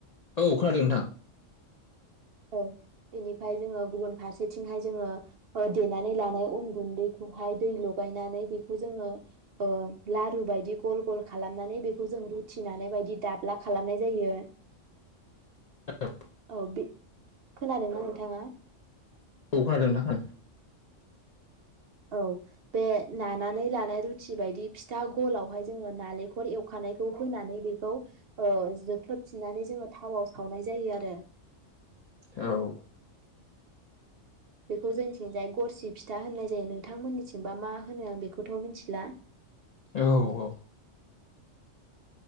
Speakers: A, on the left (about 55°); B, on the right (about 60°).
A: औ खोनादों नोंथां।
B: औ बेनिफ्राय जोंङो गुबुन फारसेथिंहाय जोंङो ओ देनानै लानाय उन गुन्दैखौहाय दै लगायनानै बेखौ जोङो ओ लारु बायदि गल गल खालामनानै बेखौ जों रु थि नानाय बायदि दाब्ला खालामनाय जायो।
A: औ
B: ओ बि खोनादोंना नोंथाङा?
A: औ खोनादों खोनादों
B: औ बे नानानै लानाय रुटि बायदि फि था गलावहाय जोङो नालेंखर एवखानायखौ होनानै बेखौ ओ जोख्लोबफिननानै जोङो थावाव सावनाय जायो आरो
A: खोनादों औ
B: बेखौ जोंनिथिंजाय गरसि फिथा होननाय जायो नों थांमोननिथिंबा मा होनो आं बेखौथ' मिथिला।
A: औ औ